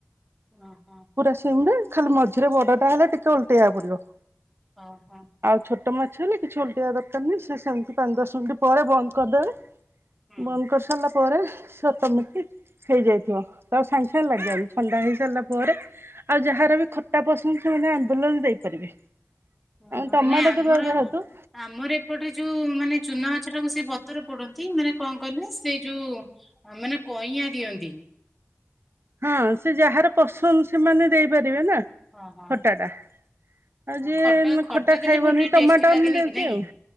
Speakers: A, in the centre; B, on the right.
A: ହଁ ହଁ।
B: ପୁରା ସିମିରେ ଖାଲି ମଝିରେ ବଡଟା ହେଲେ ଟିକେ ଓଲଟେଇବାକୁ ପଡିବ।
A: ଓହୋ।
B: ଆଉ ଛୋଟ ମାଛ ହେଲେ କିଛି ଓଲଟେଇବା ଦରକାର ନାହିଁ ସେ ସେମିତି ପାଞ୍ଚ ଦଶ ମିନିଟ୍ ପରେ ବନ୍ଦ କରିଦେବେ
A: ହୁଁ
B: ବନ୍ଦ କରି ସାରିଲା ପରେ ସତମୀକି ହେଇଯାଇଥିବ ତାଙ୍କୁ ସାଙ୍ଗେ ସାଙ୍ଗେ ଲାଗି ବାନି ଥଣ୍ଡା ହେଇସାରିଲା ପରେ ଆଉ ଯାହାର ବି ଖଟା ପସନ୍ଦ ସେମାନେ ଆମ୍ବୁଲ ବି ଦେଇପାରିବେ।
A: ଓହୋ
B: ଆଉ ଟମାଟୋ
A: ନା ଆମର
B: ଦେବା ଯେହେତୁ
A: ଆମର ଏପଟରେ ଯୋଉ ମାନେ ଚୁନା ମାଛ ଟାକୁ ସେ ପତର ପୋଡନ୍ତି ମାନେ କଣ କହିଲେ ସେ ଯୋଉ ଆ ମାନେ କଇଁଆ ଦିଅନ୍ତି।
B: ହଁ ସେ ଯାହାର ପସନ୍ଦ ସେମାନେ ଦେଇପାରିବେ ନା
A: ହଁ ହଁ
B: ଖଟାଟା। ଆଉ
A: ହଁ
B: ଜିଏ ଖଟା
A: ଦେଲେ
B: ଖାଇବନି
A: ବହୁତ ଟିକେ
B: ଟମାଟୋ
A: ଟେଷ୍ଟି ଲାଗେନି
B: ଆମ ଦେଉଚି
A: କି ନାଇଁ
B: ଆଉ